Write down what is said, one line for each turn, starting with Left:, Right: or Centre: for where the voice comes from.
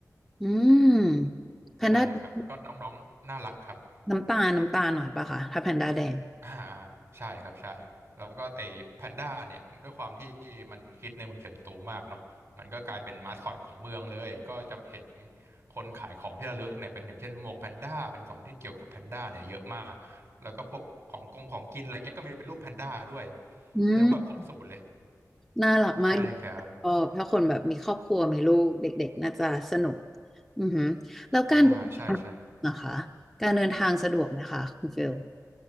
Centre: อืมแพนด้าเป็น
Right: ใช่ครับ ก็น้องๆน่ารักครับ
Centre: น้ำตาลน้ำตาลหน่อยปะคะถ้าแพนด้าแดง
Right: อ่าอ่าใช่ครับใช่แล้วก็ไอ้แพนด้าเนี่ยด้วยความที่มันฮิตในเมืองเฉิงตูมากเนาะมันก็กลายเป็นมาสคอตของเมืองเลยก็จะเห็นคนขายของที่ระลึกเนี่ยเป็นอย่างเช่นหมวกแพนด้าเป็นของที่เกี่ยวกับแพนด้าเนี่ยเยอะมากแล้วก็พวกของกงของกินอะไรเงี้ยก็มีเป็นรูปแพนด้าด้วย
Centre: อืม
Right: เรียกว่าครบสูตรเลย
Centre: น่ารักมาก
Right: ใช่ครับ
Centre: ชอบถ้าคนแบบมีครอบครัวมีลูกเด็กๆน่าจะสนุกอือหือแล้วการเดินทางนะคะการเดินทางสะดวกไหมคะคุณฟิล
Right: อ่าใช่ใช่